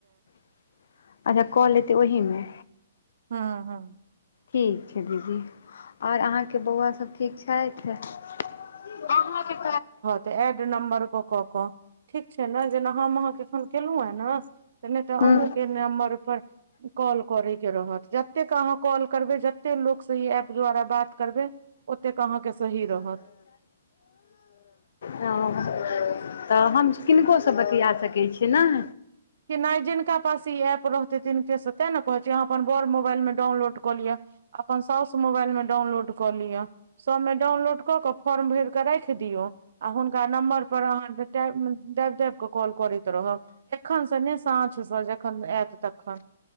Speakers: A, on the left; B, on the right.
A: <inaudible> अच्छा कॉल एतै ओहिमे
B: हँ हँ
A: ठीक छै दीदी आओर अहाँके बौआ सब। ठीक छैथ अहाँ के
B: तऽ ऐड नम्बर कऽ क ठीक छै ने जेना हम अहाँके एखन केलहुँ है न नहि तऽ अहुके
A: हूँ
B: नम्बर पर कॉल करयके रहत जतेक अहाँ कॉल करबै जते लोकसँ ई ऐप द्वारा बात करबैय ओते अहाँके सही रहत
A: ह तऽ हम किनकोसँ बतिया सकैत छियै नऽ
B: कि नहि जिनका पास ई ऐप रहते तिनके से तै न कहे छी अपन बोर मोबाइल मे डाउनलोड कऽ लिअ अपन साउस मोबाइल मे डाउनलोड कऽ लिअ सबमे डाउनलोड कऽ के फॉर्म भर केऽ राखि दियऔ आ हुनका नम्बर पर अहाँ दाईब दाइब के कॉल करैत रहब तखन ने साँझ स जखन ऐत तखन